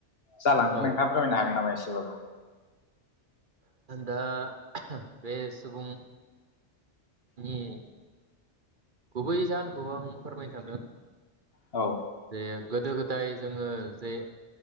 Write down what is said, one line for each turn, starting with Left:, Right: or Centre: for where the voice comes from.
Left: जालांखो
Right: औ
Left: नोंथाङा फोरमायनो हागोन नामा एसेबाबो
Right: दा बे सुबुं नि गुबै जाहोनखौ आं फोरमायनो सानदों
Left: औ
Right: जे गोदो गोदाय जोङो जे